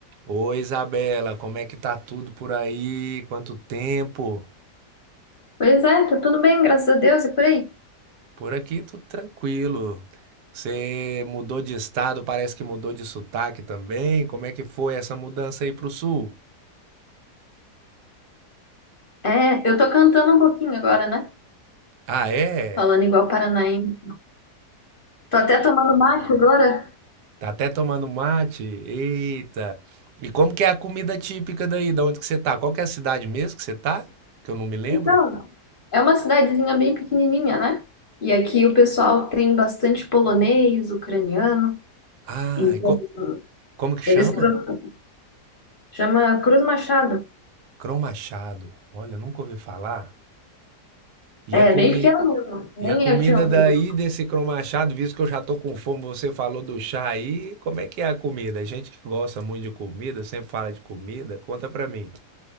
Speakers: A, on the right; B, on the left.
A: Oi, Isabela, como é que tá tudo por aí? Quanto tempo?
B: Pois é, tá tudo bem, graças a Deus e por aí.
A: Por aqui tudo tranquilo. Você mudou de estado, parece que mudou de sotaque também. Como é que foi essa mudança aí pro sul?
B: É, eu tô cantando um pouquinho agora, né?
A: Ah, é?
B: Falando igual paranaense. Tô até tomando mate agora.
A: Tá até tomando mate? Eita! E como que é a comida típica daí, da onde que você tá? Qual que é a cidade mesmo que você tá? Que eu não me lembro.
B: Então, é uma cidadezinha bem pequenininha, né? E aqui o pessoal tem bastante polonês, ucraniano.
A: Ah,
B: Então,
A: e co- como que
B: eles
A: chama?
B: cru- chama Cruz Machado.
A: Crão Machado. Olha, nunca ouvi falar. Ia
B: É
A: comer.
B: bem pequeno mesmo, nem
A: E a comida
B: eu tinha ouvido.
A: daí desse cromachado, visto que eu já tô com fome, você falou do chá aí, como é que é a comida? A gente que gosta muito de comida, sempre fala de comida, conta pra mim.